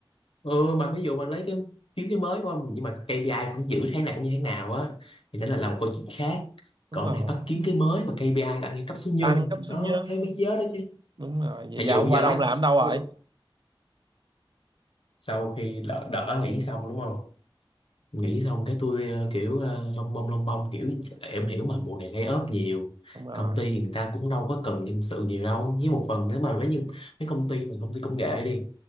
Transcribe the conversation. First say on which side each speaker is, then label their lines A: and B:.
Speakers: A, on the left; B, on the right.
A: ừ mà ví dụ mà lấy cái kiếm cái mới đúng không nhưng mà KPI cũng giữ tháng này cũng như tháng nào á thì đó là làm một câu chuyện khác
B: đúng
A: còn
B: rồi
A: cái này bắt kiếm cái mới mà KPI là ăn như cấp số nhân
B: tăng cấp số
A: nó
B: nhân
A: thấy mấy chớ đó chứ
B: đúng rồi vậy
A: ví
B: giờ
A: dụ
B: ông
A: bây giờ
B: qua đâu
A: lấy
B: ông làm ở đâu rồi
A: ừ, sau khi đợt đợt đó nghỉ xong đúng không nghỉ xong cái tôi ờ, kiểu ờ, lông bông lông bông kiểu em hiểu mà mùa này lay off nhiều
B: đúng rồi
A: công ty người ta cũng đâu có cần nhân sự nhiều đâu với một phần nữa mà mấy nhưng mấy công ty mà công ty công nghệ đi